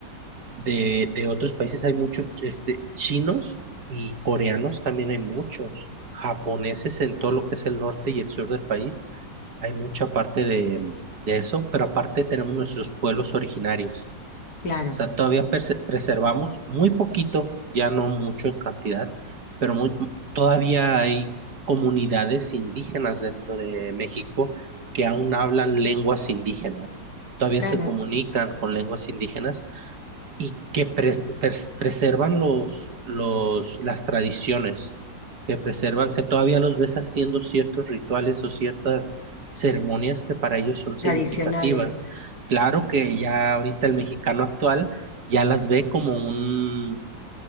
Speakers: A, on the right; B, on the left.
A: de, de otros países hay muchos este, chinos y coreanos también hay muchos, japoneses en todo lo que es el norte y el sur del país, hay mucha parte de, de eso, pero aparte tenemos nuestros pueblos originarios.
B: claro,
A: O sea, todavía perse- preservamos muy poquito, ya no mucho en cantidad, pero muy, todavía hay comunidades indígenas dentro de México que aún hablan lenguas indígenas. Todavía
B: claro.
A: se comunican con lenguas indígenas y que pres- pres- preservan los, los, las tradiciones, que preservan, que todavía los ves haciendo ciertos rituales o ciertas ceremonias que para ellos son significativas.
B: Tradicionales.
A: Claro que ya ahorita el mexicano actual ya las ve como un